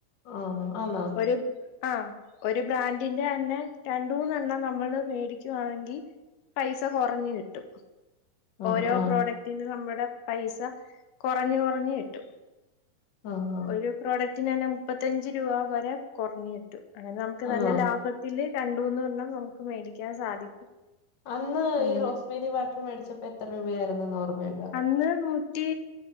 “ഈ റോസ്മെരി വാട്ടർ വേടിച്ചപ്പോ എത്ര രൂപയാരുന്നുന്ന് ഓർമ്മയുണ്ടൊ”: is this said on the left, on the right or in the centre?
Left